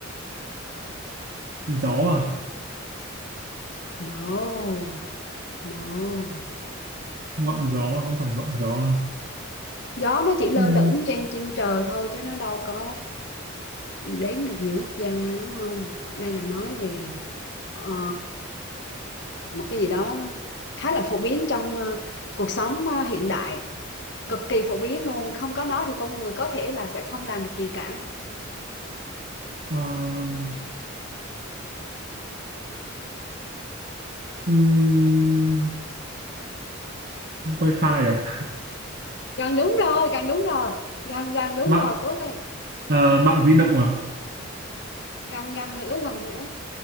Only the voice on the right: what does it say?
gió à
ngọn gió không phải ngọn gió à?
Ừm,
à, ừm, wifi à
mạng
à, mạng di động à